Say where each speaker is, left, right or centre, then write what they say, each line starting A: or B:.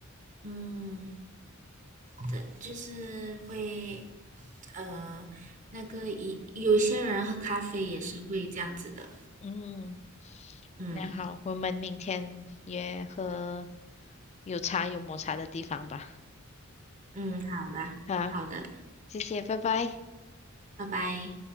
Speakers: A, on the right; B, on the left.
A: 嗯，对，就是会，呃，那个一有些人喝咖啡也是会这样子的。
B: 嗯，
A: 嗯
B: 那好，我们明天约喝有茶有抹茶的地方吧。
A: 嗯，好啦，
B: 啊，
A: 好的，
B: 谢谢，拜拜。
A: 拜拜。